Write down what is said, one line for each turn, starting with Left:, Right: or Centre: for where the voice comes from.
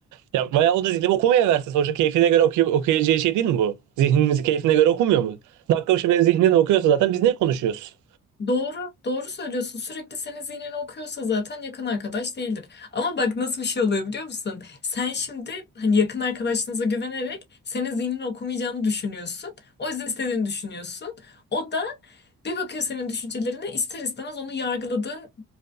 Right: Ya bayağı o da zihnini okumaya versin. Sonuçta keyfine göre okuy okuyacağı şey değil mi bu? Zihnimizi keyfine göre okumuyor mu? Dakika başı benim zihnimden okuyorsa zaten biz ne konuşuyoruz?
Left: Doğru, doğru söylüyorsun. Sürekli senin zihnini okuyorsa zaten yakın arkadaş değildir. Ama bak nasıl bir şey oluyor biliyor musun? Sen şimdi hani yakın arkadaşınıza güvenerek senin zihnini okumayacağını düşünüyorsun. O yüzden istediğini düşünüyorsun. O da bir bakıyor senin düşüncelerine ister istemez onu yargıladığın